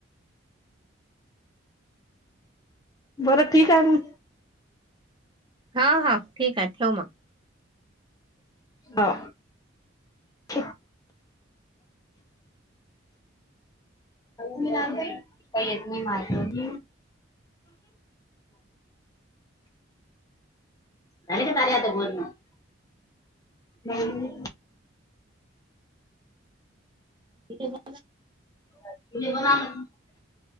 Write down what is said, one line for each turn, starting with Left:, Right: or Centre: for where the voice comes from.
Left: बरं ठीक आहे.
Right: हा हा ठीक आहे ठेव मग.
Left: हो. <inaudible> मी काही येत नाही मारत. <inaudible> नाही.
Right: <inaudible>
Left: <inaudible>